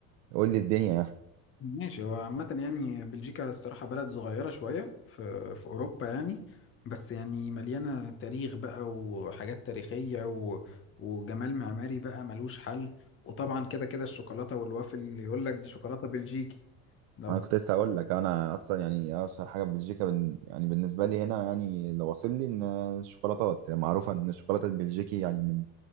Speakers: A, on the right (about 75°); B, on the left (about 35°).
A: وقول لي الدنيا يعني
B: ماشي هو عامة يعني بلجيكا الصراحة بلد صغيرة شوية في في أوروبا يعني بس يعني مليانة تاريخ بقى وحاجات تاريخية و... وجمال معماري بقى ملوش حل وطبعا كده كده الشوكولاتة والوافل اللي يقول لك دي شوكولاتة بلجيكي لو
A: انا
B: بت...
A: كنت لسه هقول لك انا اصلا يعني اشهر حاجه في بلجيكا بن... يعني بالنسبه لي هنا يعني اللي واصل لي ان الشوكولاتات يعني معروفه ان الشوكولاته البلجيكي يعني من